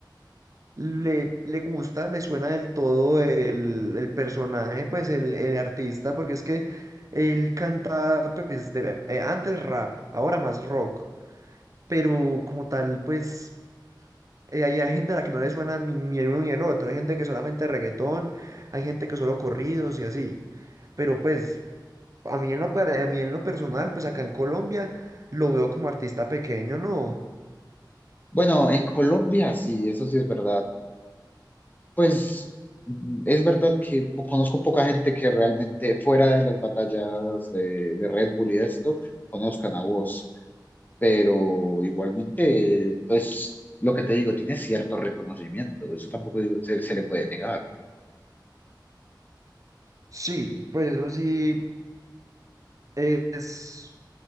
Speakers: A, on the right; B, on the left.
A: le, le gusta, le suena del todo el, el personaje, pues el, el artista, porque es que él canta pues de- eh, antes rap, ahora más rock, pero como tal pues eh, hay, hay gente a la que no le suena ni, ni el uno ni el otro, hay gente que solamente reggaetón, hay gente que solo corridos y así, pero pues... A mí en lo, per- a mí en lo personal, pues acá en Colombia lo veo como artista pequeño, ¿no?
B: Bueno, en Colombia sí, eso sí es verdad. Pues mm, es verdad que po- conozco poca gente que realmente fuera de las batallas de, de Red Bull y de esto, conozcan a vos, pero igualmente, pues lo que te digo, tiene cierto reconocimiento, eso tampoco digo- se se le puede negar.
A: Sí, pues eso sí eh, es,